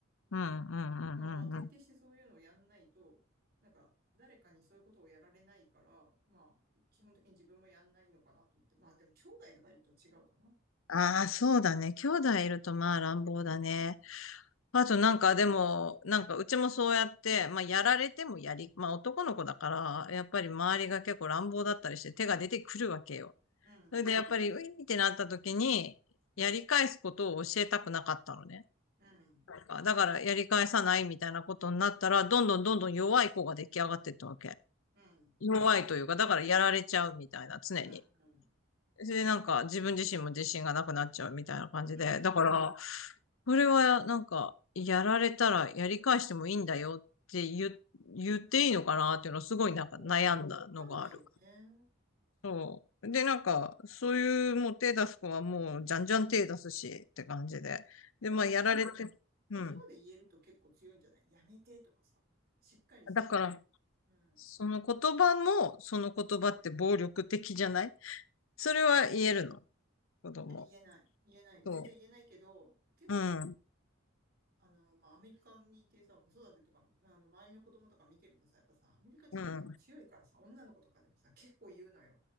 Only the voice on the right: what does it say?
だからまあ徹底してそういうのをやんないと、
なんか誰かにそういうことをやられないから、まあ基本的に自分もやんないのかなと思って。まあでも兄弟とかいると違うかな。
うん、
うん、
うん、うん、
うん、
うん。
うん
そうわかんないよね。
なんかやっぱさ、
言葉で言えると結構強いんじゃないやめてとかさ、
しっかりさ、
なんか、うん。
いや、言えない。言えない。
全然言えないけど、結構さ、
あの、まあ、アメリカにいてさ、子育てとか、まあの、周りの子供とか見てるとさ、やっぱさ、アメリカ人って結構強いからさ、
女の子とかでもさ、結構言うのよ。